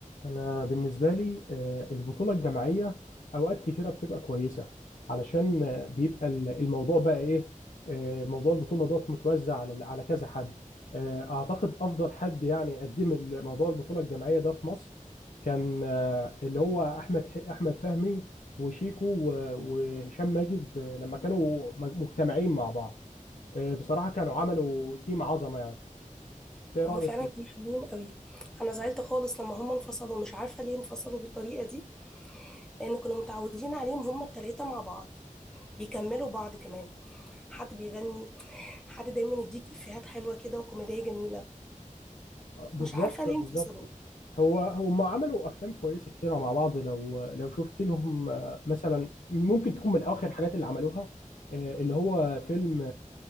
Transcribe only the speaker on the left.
أنا بالنسبة لي آه، البطولة الجماعية أوقات كتيرة بتبقى كويسة علشان آه، بيبقى ال- الموضوع بقى إيه آه، موضوع البطولة دوت متوزع على على كذا حد آه، أعتقد أفضل حد يعني قدم ال- موضوع البطولة الجماعية ده في مصر كان آه، اللي هو أحمد ح- أحمد فهمي وشيكو و- وهشام ماجد آه، لما كانوا مج- مجتمعين مع بعض آه، بصراحة كانوا عملوا تيم عظمة يعني إيه
رأيك
بالظبط
بالظبط
هو هم عملوا افلام كويسه كتير مع بعض لو لو شفت لهم آه، مثلا ممكن تكون من اخر الحاجات اللي عملوها آه، اللي هو فيلم